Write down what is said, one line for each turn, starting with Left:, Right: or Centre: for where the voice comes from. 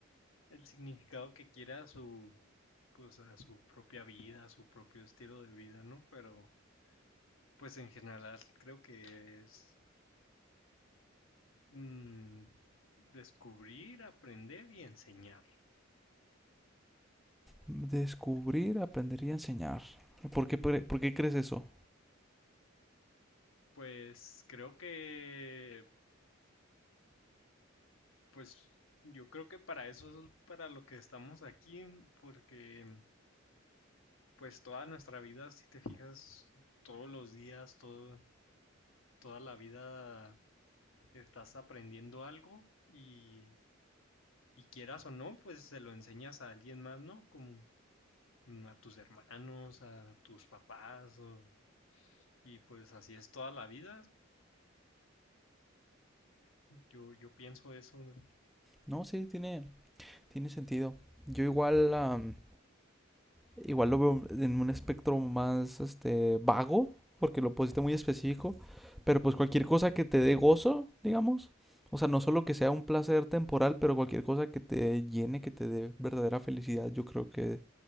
Left: el significado que quiera a su, pues a su propia vida, a su propio estilo de vida, ¿no? Pero, pues en general creo que es mm, descubrir, aprender y enseñar.
Centre: Descubrir, aprender y enseñar. ¿Por qué, pre- por qué crees eso?
Left: Pues creo que, pues yo creo que para eso es para lo que estamos aquí, porque pues toda nuestra vida, si te fijas, todos los días, todo, toda la vida estás aprendiendo algo y, y quieras o no, pues se lo enseñas a alguien más, ¿no? Como mm, a tus hermanos, a tus papás, o- y pues así es toda la vida. Yo, yo pienso eso. ¿no?
Centre: No, sí, tiene, tiene sentido. Yo igual, am, Igual lo veo en un espectro más este vago, porque lo pusiste muy específico, pero pues cualquier cosa que te dé gozo, digamos, o sea, no solo que sea un placer temporal, pero cualquier cosa que te llene, que te dé verdadera felicidad, yo creo que